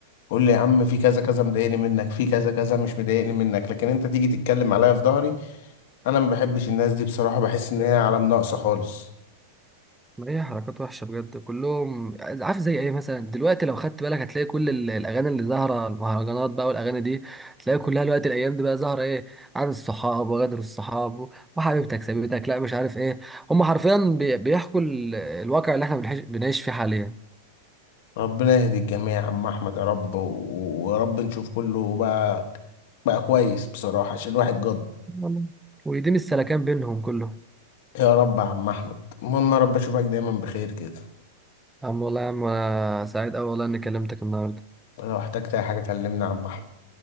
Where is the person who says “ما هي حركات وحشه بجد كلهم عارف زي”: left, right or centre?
Centre